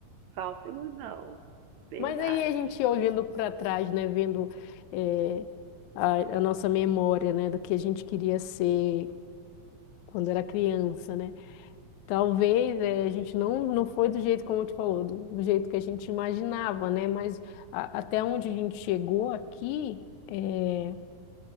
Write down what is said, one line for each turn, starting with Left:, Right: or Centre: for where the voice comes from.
Right: Falsa ilusão. Verdade.
Left: Mas aí a gente olhando para trás, né, vendo é, a, a nossa memória, né, do que a gente queria ser quando era criança, né? Talvez eh, a gente não, não foi do jeito como tu falou, do, do jeito que a gente imaginava, né? Mas a- até onde a gente chegou aqui eh,